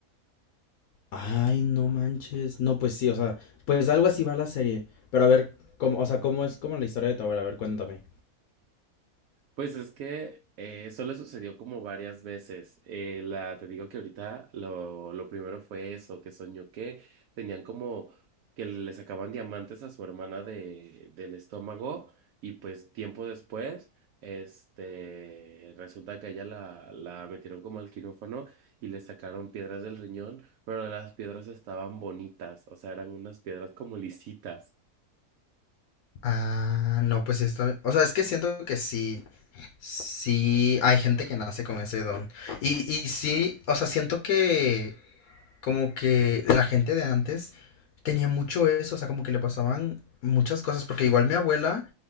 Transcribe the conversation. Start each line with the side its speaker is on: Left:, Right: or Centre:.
Left: Ay, no manches. No, pues sí, o sea, pues algo así va la serie. Pero a ver, cómo, o sea, cómo es como la historia de tu abuela, a ver, cuéntame.
Right: Pues es que eh, eso le sucedió como varias veces. Eh, la, te digo que ahorita lo, lo primero fue eso, que soñó que tenían como que le sacaban diamantes a su hermana de, del estómago y pues tiempo después, este, resulta que a ella la, la metieron como al quirófano y le sacaron piedras del riñón, pero las piedras estaban bonitas, o sea, eran unas piedras como lisitas.
Left: Ah, no, pues esto, o sea, es que siento que sí, sí, hay gente que nace con ese don. Y, y sí, o sea, siento que como que la gente de antes tenía mucho eso, o sea, como que le pasaban muchas cosas, porque igual mi abuela